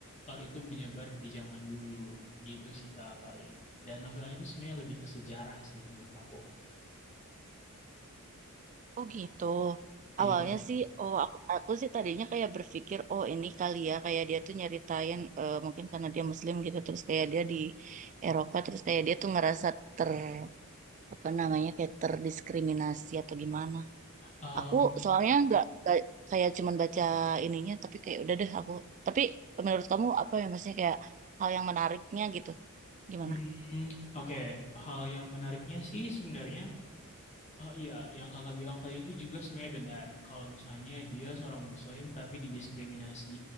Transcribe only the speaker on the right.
Oh gitu. Awalnya
sih, oh aku, aku sih tadinya kayak berpikir, oh ini kali ya, kayak dia tuh nyeritain eh, mungkin karena dia Muslim gitu, terus kayak dia di Eropa, terus kayak dia tuh ngerasa ter apa namanya kayak terdiskriminasi atau gimana.
Aku soalnya nggak nggak kayak cuman baca ininya, tapi kayak udah deh aku. Tapi menurut kamu apa ya maksudnya kayak hal yang menariknya gitu? Gimana?